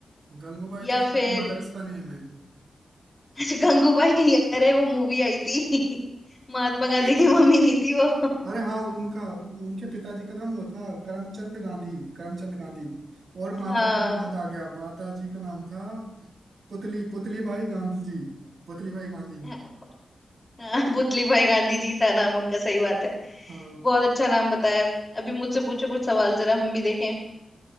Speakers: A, on the right; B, on the left.
A: गंगूबाई
B: या
A: तो शायद
B: फिर
A: मदर्स का नेम है
B: <laughs> अच्छा गंगूबाई अरे वो मूवी आई थी <laughs> महात्मा
A: <coughs>
B: गांधी की मम्मी नहीं थी वो
A: अरे हाँ उनका उनके पिताजी का नाम वो था करमचंद गांधी करमचंद गांधी और
B: हाँ
A: माता का भी याद आ गया माता जी का नाम था पुतली पुतली भाई गांधी जी पुतली भाई गांधी
B: हाँ हाँ, पुतली भाई गांधी जी था नाम उनका सही बात है
A: हाँ
B: बहुत अच्छा नाम बताया अभी मुझसे पूछो कुछ सवाल जरा हम भी देखें